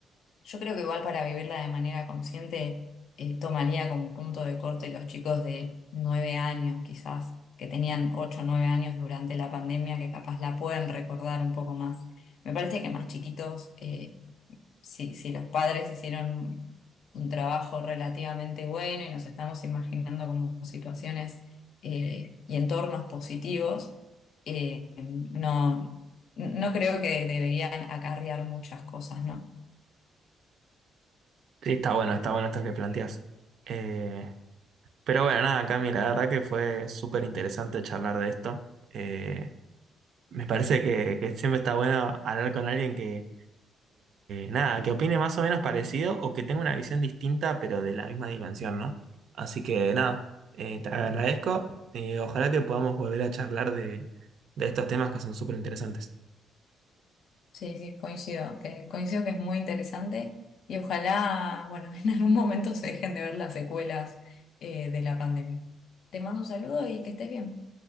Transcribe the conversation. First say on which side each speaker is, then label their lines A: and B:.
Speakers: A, on the left; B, on the right.
A: yo creo que igual para vivirla de manera consciente eh, tomaría como punto de corte los chicos de nueve años quizás, que tenían ocho o nueve años durante la pandemia, que capaz la pueden recordar un poco más. Me parece que más chiquitos, eh, si, si los padres hicieron un trabajo relativamente bueno y nos estamos imaginando como situaciones eh, y entornos positivos, eh, no, no creo que deberían acarrear muchas cosas, ¿no?
B: Sí, está bueno, está bueno esto que planteas. Eh, pero bueno, nada, Cami, la verdad que fue súper interesante charlar de esto. Eh, me parece que, que siempre está bueno hablar con alguien que nada, que opine más o menos parecido o que tenga una visión distinta, pero de la misma dimensión, ¿no? Así que nada, eh, te agradezco. eh, ojalá que podamos volver a charlar de, de estos temas que son súper interesantes.
A: Sí, sí, coincido, que coincido que es muy interesante y ojalá, bueno, <laughs> en algún momento se dejen de ver las secuelas eh, de la pandemia. Te mando un saludo y que estés bien.